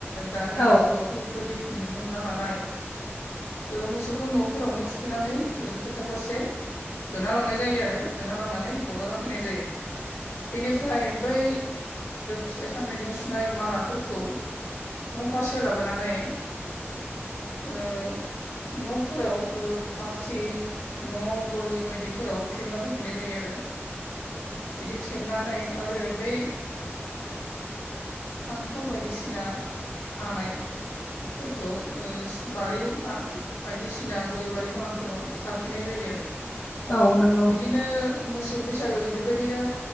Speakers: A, on the left; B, on the left.
A: दानि
B: औ
A: जुगाव थ' बेफोरबायदि नुनो मोना नालाय मोसौखौ न'फोरावनो थुखैनानै फोथार फारसे होना लांनाय जायो आरो होना लांनानै हगारना फैनाय जायो बेनिफ्राय बै फिथाइ सामथाइजों सुनाय मालाफोरखौ न' फारसे लाबोनानै ओ न'फोराव बाख्रि न' गलि बायदिफोराव थेबना दोनफैनाय जायो आरो बिदि थेबनानै आरो बै फान्थाव बायदिसिना हानाय फोरखौ बारि बा बायदिसिना गय बारि बागानफोराव सारफैनाय जायो आरो
B: औ नंगौ
A: बिदिनो मोसौ बैसागो बेबायदिनो